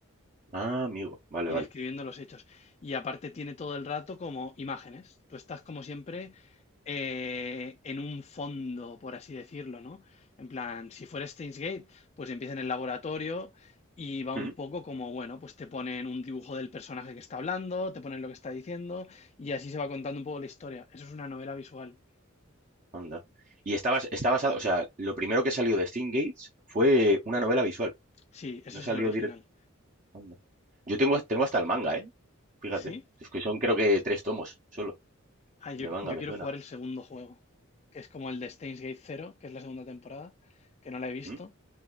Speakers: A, on the right (about 40°); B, on the left (about 30°).
A: Ah, amigo. Vale,
B: Y
A: vale.
B: describiendo los hechos. Y aparte tiene todo el rato como imágenes. Tú estás como siempre eh, en un fondo, por así decirlo, ¿no? En plan, si fuera Steins Gate, pues empieza en el laboratorio y va un
A: Mm.
B: poco como, bueno, pues te ponen un dibujo del personaje que está hablando, te ponen lo que está diciendo y así se va contando un poco la historia. Eso es una novela visual.
A: Anda. Y está, bas- está basado, o sea, lo primero que salió de Steam Gates fue una novela visual.
B: Sí, ese
A: No
B: es
A: salió
B: el original.
A: directo. Anda. Yo tengo, tengo hasta el manga, ¿eh? Fíjate.
B: ¿Sí?
A: Es que son creo que tres tomos solo
B: Ah, yo,
A: de manga,
B: yo
A: me
B: quiero
A: suena.
B: jugar el segundo juego, que es como el de Steins Gate 0, que es la segunda temporada, que no la he visto.
A: ¿Mm?